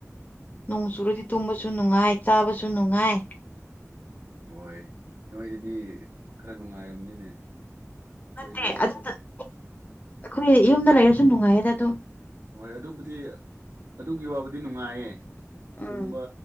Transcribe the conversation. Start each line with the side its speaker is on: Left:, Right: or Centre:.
Left: ꯅꯣꯡ ꯆꯨꯔꯗꯤ ꯇꯨꯝꯕꯁꯨ ꯅꯨꯡꯉꯥꯏ ꯆꯥꯕꯁꯨ ꯅꯨꯡꯉꯥꯏ
Right: ꯍꯣꯏ ꯅꯣꯏꯗꯗꯤ ꯈꯔ ꯅꯨꯡꯉꯥꯏꯔꯝꯅꯤꯅꯦ ꯑꯩꯈꯣꯏꯗꯤ
Left: ꯅꯠꯇꯦ
Right: ꯆꯠꯊꯣꯛ
Left: ꯑꯗꯨꯗ <unintelligible> ꯑꯩꯈꯣꯏ ꯌꯨꯝꯗ ꯂꯩꯔꯁꯨ ꯅꯨꯡꯉꯥꯏꯌꯦꯗ ꯑꯗꯨꯝ
Right: ꯍꯣꯏ ꯑꯗꯨꯕꯨꯗꯤ ꯑꯗꯨꯒꯤ ꯋꯥꯕꯨꯗꯤ ꯅꯨꯡꯉꯥꯏꯌꯦ
Left: ꯎꯝ
Right: ꯇꯨꯝꯕ